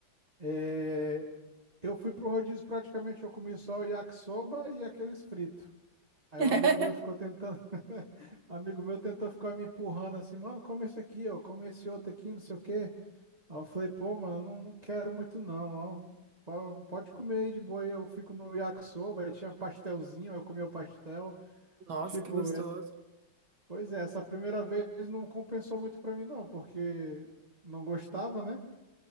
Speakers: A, on the right; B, on the right.
A: é, eu fui pro rodízio praticamente, eu comi só o yakisoba e aqueles fritos. Aí
B: <laughs>
A: um amigo meu ficou tentando, <laughs> um amigo meu tentou ficar me empurrando assim, mano, come esse aqui, ó, come esse outro aqui, não sei o quê. Aí eu falei, pô, mano, não, não quero muito não, ó. Po- Pode comer aí de boa, aí eu fico no yakisoba, aí tinha pastelzinho, aí eu comi o pastel.
B: Nossa,
A: Tipo,
B: que gostoso.
A: Pois é, essa primeira vez não compensou muito pra mim, não, porque não gostava, né?